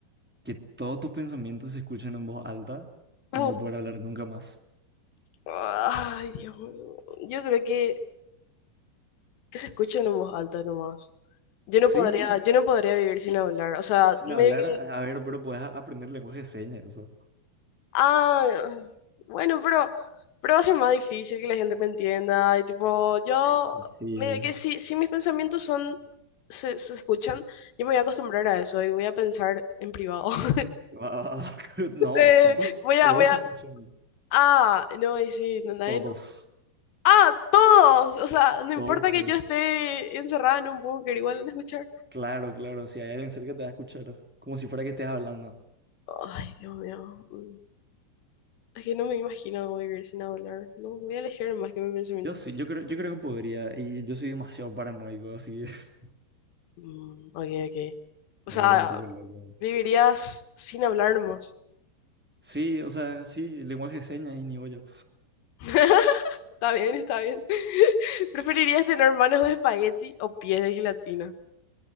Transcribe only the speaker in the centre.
¿Que todos tus pensamientos se escuchen en voz alta o
no poder hablar nunca más?
Sí,
sin
hablar,
a a ver, pero puedes a- aprender lenguaje de señas, eso.
Ey, Sí.
<laughs> Va- va- va. <laughs> No,
todos,
todos
se escuchan,
todos,
todos.
Claro, claro, si hay alguien cerca te va a escuchar, como si fuera que estés hablando.
Yo sí, yo creo, yo creo que podría, y yo soy demasiado paranoico, así que <laughs>
me
volver un poco loco.
Sí, o sea, sí, lenguaje de señas y ni bollo.